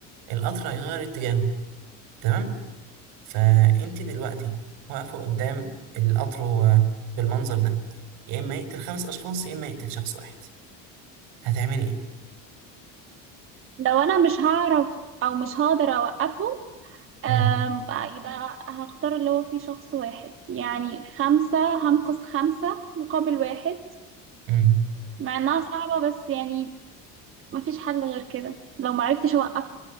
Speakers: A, on the right; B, on the right.
A: القطر هيغير اتجاهه تمام فانت دلوقتي واقفه قدام القطر هو بالمنظر ده يا اما يقتل خمس اشخاص يا اما يقتل شخص واحد هتعملي ايه
B: لو انا مش هعرف او مش هقدر اوقفه آم،
A: امم
B: يبقى هختار اللي هو فيه شخص واحد يعني خمسة هنقص خمسة مقابل واحد
A: امم
B: مع انها صعبة بس يعني مفيش حل غير كده لو معرفتش اوقفه